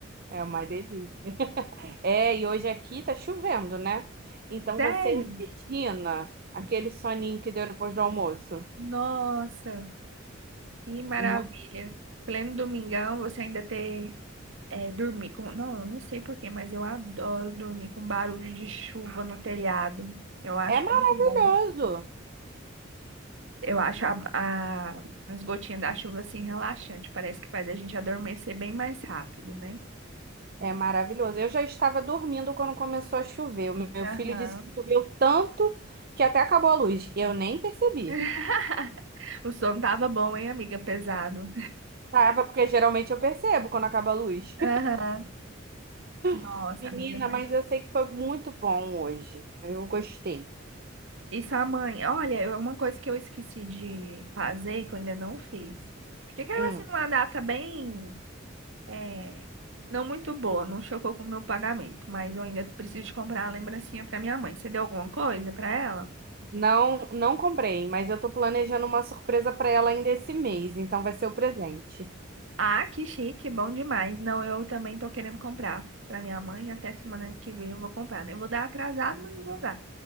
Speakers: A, on the right; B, on the right.
A: É uma delícia. É, e hoje aqui tá chovendo, né? Então
B: Sério?
A: você imagina aquele soninho que deu depois do almoço.
B: Nossa, que maravilha.
A: Muito.
B: Pleno domingão, você ainda ter é, dormir com. Não, eu não sei porquê, mas eu adoro dormir com barulho de chuva no telhado. Eu acho
A: É maravilhoso.
B: muito bom. Eu acho a, a- as gotinhas da chuva assim relaxante. Parece que faz a gente adormecer bem mais rápido, né?
A: É maravilhoso. Eu já estava dormindo quando começou a chover. O meu
B: Aham.
A: filho disse que choveu tanto que até acabou a luz. Eu nem percebi.
B: <laughs> O som tava bom, hein, amiga? Pesado.
A: Tava, porque geralmente eu percebo quando acaba a luz.
B: Aham. Nossa,
A: <laughs> Menina,
B: amiga, mas.
A: mas eu sei que foi muito bom hoje. Eu gostei.
B: E sua mãe? Olha, eu- uma coisa que eu esqueci de fazer, que eu ainda não fiz. Porque caiu
A: Hum.
B: assim numa data bem. é, não muito boa, não chocou com o meu pagamento, mas eu ainda preciso de comprar a lembrancinha pra minha mãe. Você deu alguma coisa pra ela?
A: Não, não comprei, mas eu tô planejando uma surpresa para ela ainda esse mês, então vai ser o presente.
B: Ah, que chique, bom demais. Não, eu também tô querendo comprar pra minha mãe. Até semana que vem eu vou comprar, né? Eu vou dar atrasado, mas eu vou dar.